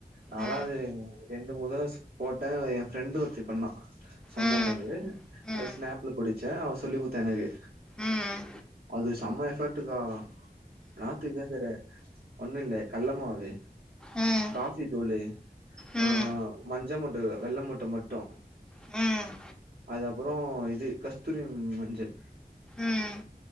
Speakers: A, on the right (about 80°); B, in the centre.
A: நாலா
B: ம்
A: அது ரெண்டு மூணு வாசி போட்டே எ ஃப்ரெண்டு ஒர்த்தி பண்ணா சொன்னா
B: ம்
A: எனக்கு
B: ம் ம்
A: அது ஸ்னாப்ல புடிச்சே அவ சொல்லி குத்தா எனக்கு
B: ம்
A: அது சம்ம எஃபெட்டுக்கா நாத்துக்கேக்கற ஒண்ணு இல்ல கல்லமாவு
B: ம்
A: காஃபி தூளு
B: ம்
A: ஆ மஞ்ச முட்ட இல்ல வெள்ள முட்ட மட்டு
B: ம்
A: அது அப்பறோ இது கஸ்தூரி மஞ்சள்
B: ம்